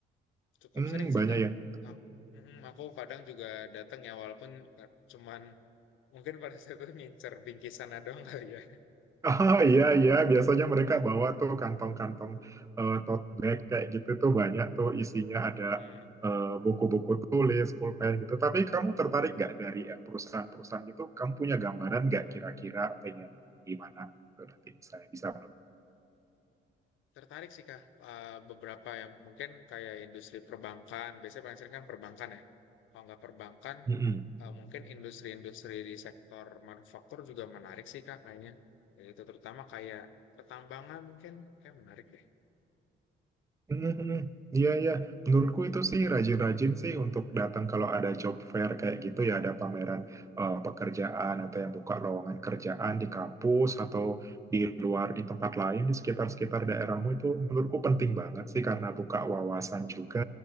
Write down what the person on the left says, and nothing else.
Cukup
sering sih
Kak.
Ak- Mm, Aku, kadang juga datang ya, walaupun eh, cuman mungkin pada saat itu ngincer bingkisannya doang kali ya.
Mm.
Tertarik sih Kak, Eh, beberapa yang mungkin kayak industri perbankan, biasanya paling sering kan perbankan ya. Kalau nggak perbankan,
eh, mungkin industri-industri di sektor manufaktur juga menarik sih Kak kayaknya. Ya, itu terutama kayak pertambangan mungkin kayak menarik deh.